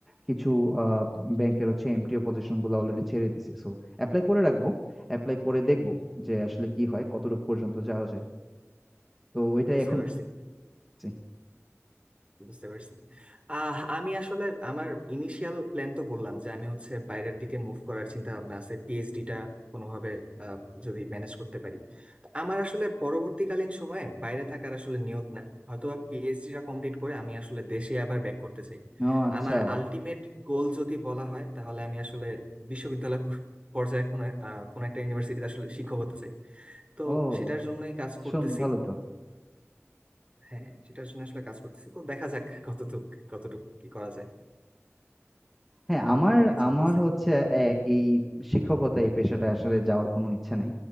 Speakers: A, in the centre; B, on the right (about 25°).
A: কিছু আহ ব্যাংকের হচ্ছে এমটিও পজিশন গুলো অলরেডি ছেড়ে দিছে সো অ্যাপ্লাই করে রাখবো অ্যাপ্লাই করে দেখবো যে আসলে কি হয় কতটুকু পর্যন্ত যাওয়া যায় তো ওইটাই
B: বুঝতে
A: এখন
B: পারছি
A: করতেছি।
B: বুঝতে পারছি আহ আমি আসলে আমার ইনিশিয়াল প্ল্যান তো বললাম যে আমি হচ্ছে বাইরের দিকে মুভ করার চিন্তা ভাবনা আছে পিএইচডিটা কোনোভাবে আহ, যদি ম্যানেজ করতে পারি তো আমার আসলে পরবর্তীকালীন সময়ে বাইরে থাকার আসলে নিয়ত নাই হয়তো পিএইচডিটা কমপ্লিট করে আমি আসলে দেশে আবার ব্যাক করতে চাই
A: ও আচ্ছা
B: আমার আলটিমেট গোল যদি বলা হয় তাহলে আমি আসলে বিশ্ববিদ্যালয় পর- পর্যায়ে কোনো আহ, কোনো একটা ইউনিভার্সিটিতে আসলে শিক্ষক হতে চাই তো
A: ও
B: সেটার জন্যই কাজ করতেছি
A: শুন ভালো তো
B: হ্যাঁ সেটার জন্য আসলে কাজ করতেছি তো দেখা যাক কতটুক কতটুক কি করা যায়
A: হ্যাঁ, আমার
B: তাহলে চলতেছে
A: আমার হচ্ছে অ্যা এই শিক্ষকতা এই পেশাটায় আসলে যাওয়ার কোনো ইচ্ছা নাই।